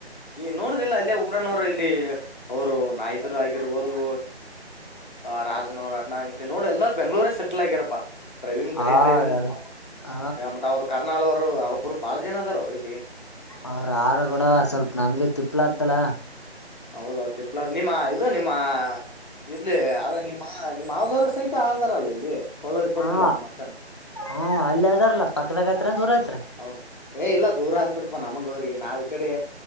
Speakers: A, on the left (about 45°); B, on the left (about 25°).
A: ಈ ನೋಡುದಿಲ್ಲ ಅಲ್ಲೇ ಉಬ್ರನೋರು ಇಲ್ಲಿ ಅವರು ನಾಯಿದರು ಆಗಿರ್ಬೋದು ಆ ರಾಜನ ಅವ್ರ ಅಣ್ಣ ನೋಡಿ ಎಲ್ಲರೂ ಬೆಂಗಗಳೂರ ಸೆಟಲ್ ಆಗಿರಪ್ಪ ಡ್ರೈವಿಂಗ್ ಬರೀ
B: ಆ
A: ಡ್ರೈವಿಂಗ್
B: ಅವ್ರ ಹ
A: ಮತ್ತ ಅವರು ಕರ್ನಾಳವರು ಅವರು ಬಾಳ ಜನ ಅದಾರ ಇಲ್ಲಿ
B: ಅವ್ರ ಆಹಾರ ಕೂಡ ಸ್ವಲ್ಪ ನಂಗೆ ತಿಪ್ಲಾಂತಲ್ಲ
A: ಹೌದೌ ತಿಪ್ಪಳ ನಿಮ್ಮ ಇದು ನಿಮ್ಮ ಇಲ್ಲಿ ನಿಮ್ಮ ನಿಮ್ಮ್ದವರ ಸಹಿತ ಆಗ ವಲ ಇಲ್ಲಿ ಕೊಳ್ಳೋರಿ ಕೊಟ್ಟಿಲ್ಲ
B: ಹಾ
A: ನಿಮ್ಮ ಅಕ್ಕನ
B: ಹ್ಮ ಅಲ್ಲಿ ಅದಾರಲ್ಲ ಪಕ್ಕದಾಗೈತ್ರ ದೂರ ಆಯತ
A: ಹೌದ ಏ ಇಲ್ಲ ದೂರ ಆಗ್ತತ್ಪ್ಪ ನಮಂಗ ಅವ್ರಿಗೆ ನಾವ್ ಈ ಕಡೆ